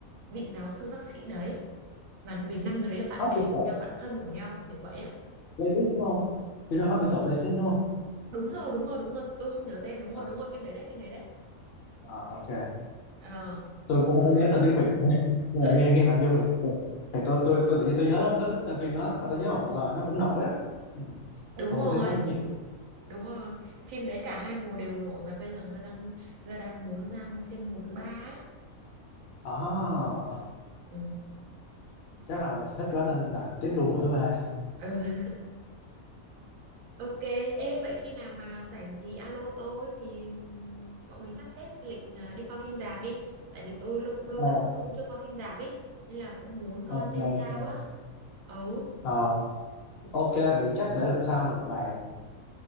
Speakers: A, on the right (about 70°); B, on the left (about 65°).
A: vị giáo sư bác sĩ đấy và vì năm người đấy là bạn
B: Hot
A: bè
B: People
A: của nhau bạn thân của nhau kiểu vậy á
B: Playlist đúng không? Phim đó Hot People Playlist đúng không?
A: đúng rồi đúng rồi đúng rồi tôi không nhớ tên đúng
B: À,
A: rồi đúng rồi phim đấy đấy phim đấy đấy
B: à, ok.
A: ờ
B: tôi cũng
A: thì có
B: không
A: hai
B: nhớ
A: phim
B: tên tiếng
A: đó
B: Việt <laughs> nữa, nhưng
A: <laughs>
B: mà nghe nghe nội dung thì thì tôi tôi tôi tự nhiên tôi nhớ lắm đến tên phim đó tại tôi nhớ một hồi nó cũng nổi đó ừ.
A: đúng
B: Mà
A: rồi
B: mùa xem nó cũng nhiều
A: đúng rồi phim đấy cả hai mùa đều nổi và bây giờ người ta đang người ta đang muốn ra mua thêm mùa thứ ba á.
B: à,
A: ừ.
B: chắc là mọi người thích quá nên làm tiếp luôn mùa thứ ba
A: ừ. ok ê vậy khi nào mà rảnh thì alo tôi thì bọn mình sắp xếp lịch à, đi coi phim rạp đi tại vì tôi lâu cũng lâu
B: Ờ,
A: lắm rồi tôi cũng chưa coi phim rạp ấy nên là cũng muốn coi
B: ok
A: xem
B: ok
A: sao á ừ
B: Ờ, ok vậy chắc để lần sau mình bàn